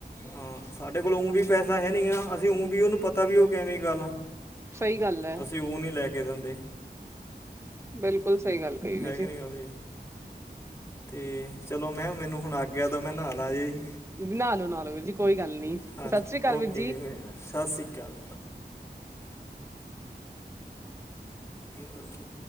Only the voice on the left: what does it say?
ਹਾਂ, ਸਾਡੇ ਕੋਲ ਊਂਂਵੀ ਪੈਸਾ ਹੈ ਨਹੀਂ ਆ, ਅਸੀਂ ਊਂ ਵੀ ਉਹਨੂੰ ਪਤਾ ਵੀ ਉਹ ਕੇਮੀਕਲ ਆ।
ਅਸੀਂ ਉਂ ਨਹੀਂ ਲੈਕੇ ਦਿੰਦੇ।
ਹੈ
ਕਿ ਨਹੀਂ ਗੱਲ ਤੇ, ਚਲੋ ਮੈਂਮ ਮੈਨੂੰ ਹੁਣ ਆਗਿਆ ਦੋ, ਮੈਂ ਨਹਾਲਾਂ ਜੀ।
ਹਾਂਜੀ,
ਓਕੇ
ਜੀ ਮੇ ਸਤਿ ਸ਼੍ਰੀ ਅਕਾਲ। ਗਏ ਤੁਸੀ?